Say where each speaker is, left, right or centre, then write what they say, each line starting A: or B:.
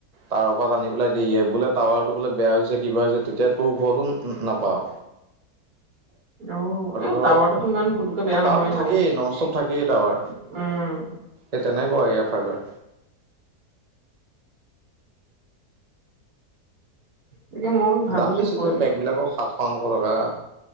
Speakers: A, on the right (about 30°); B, on the right (about 65°).
A: টাৱাৰৰ পৰা আটনি পেলাই দিয়ে, এ বোলে টাৱাৰটো বোলে বেয়া হৈছে, কিবা হৈছে, তেতিয়া তোৰ ঘৰতো নাপাওঁ।
B: <inaudible>
A: ধৰ
B: টাৱাৰটোতো, ইমান পুটকে বেয়া নহয়
A: টাৱাৰটো
B: বাৰু।
A: থাকেই নন ষ্টপ থাকেই টাৱাৰ
B: উম,
A: সেই তেনেকুৱা ইয়াৰ ফাইবাৰ।
B: তাকে মই ভাবিছো
A: দাম বেছি
B: কৈ
A: যে পেক বিলাকৰ, সাত <inaudible> টকা